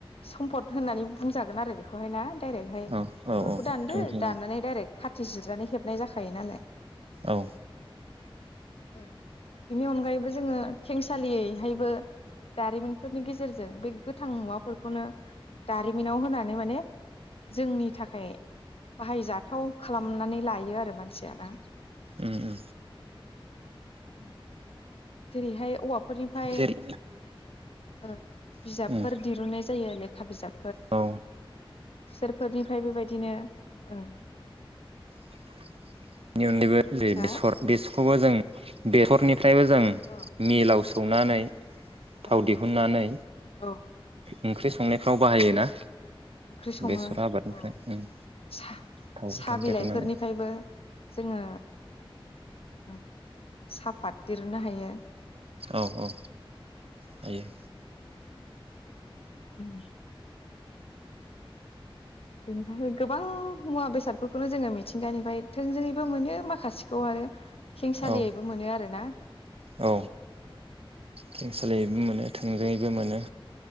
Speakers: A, on the left (about 85°); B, on the right (about 85°).
A: सम्फद होननानै बुंजागोन आरो बेखौहाय ना? दडाइरेक्टहाय
B: औ औ
A: औवाखौ
B: औ
A: दानदो
B: थोंजों
A: दाननानै दडाइरेक्ट खाथि जिरनानै हेबनाय जाखायो नालाय
B: औ
A: ओ बिनि अनगायैबो जोङो थेंसालियैहायबो दारिमिन फोरनि गेजेरजों बे गोथां मुवाफोरखौनो दारिमिनाव होनानै माने जोंनि थाखाय बाहायजाथाव खालामनानै लायो आरो मानसिया ना?
B: उ उ
A: उ जेरैहाय औवा फोरनिफ्राय
B: जेरै
A: बिजाबफोर
B: उम
A: दिरुनाय जायो लेखा बिजाब
B: औ
A: खुसेरफोरनिफ्राय बेबायदि बिदिनो ओ
B: <unintelligible> दे
A: हा
B: बेसर बेस खौबो जों बेहरनि फ्रायबो जों
A: अ
B: मिलाव सौनानै
A: औ
B: थाव दिहुननानै
A: औ
B: ओंख्रि संनाय फ्राव
A: औ
B: बाहायोना
A: ओंख्रि सङो
B: बेसर आबादनिफ्राय
A: औ
B: ओम
A: सा
B: थाव
A: साहा
B: गोथां
A: बिलाइफोरनिफ्रायबो
B: देरुनानै।
A: जोङो ओ साफात दिरुननो हायो
B: औ औ हायो।
A: उम बेनिफ्राय गोबां मुवा बेसादफोरखौनो जोङो मिथिंगानिफ्राय थोंजोङैबो मोनो माखासेखौ आरो खेंसालियैबो
B: औ
A: मोनो आरो ना
B: औ खेंसालियैबो मोनो थोंजोङैबो मोनो।